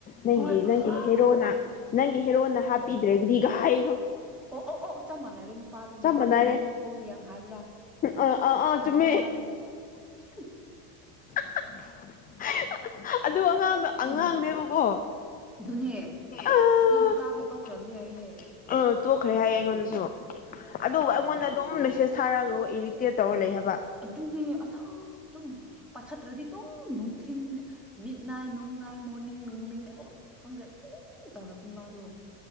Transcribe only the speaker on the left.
ꯅꯪꯒꯤ
ꯅꯪꯒꯤ
ꯍꯦꯔꯣꯅ ꯅꯪꯒꯤ ꯍꯦꯔꯣꯅ ꯍꯥꯞꯄꯤꯗ꯭ꯔꯒꯗꯤꯒ ꯍꯥꯏ
ꯆꯞ
ꯃꯥꯟꯅꯔꯦ
ꯑꯥ
ꯑꯥ ꯑꯥ
ꯆꯨꯝꯃꯦ
<unintelligible>
ꯑꯗꯨ ꯑꯉꯥꯡꯗꯣ ꯑꯉꯥꯡꯅꯦꯕꯀꯣ
ꯑ
<unintelligible>
ꯑ ꯇꯣꯛꯈ꯭ꯔꯦ
ꯍꯥꯏꯌꯦ ꯑꯩꯉꯣꯟꯗꯁꯨ ꯑꯗꯨꯕꯨ
ꯑꯩꯉꯣꯟꯗ ꯑꯗꯨꯝ ꯃꯦꯁꯦꯁ ꯊꯥꯔꯛꯒ ꯏꯔꯤꯇꯦꯠ ꯇꯧꯔ ꯂꯩ ꯍꯥꯏꯕ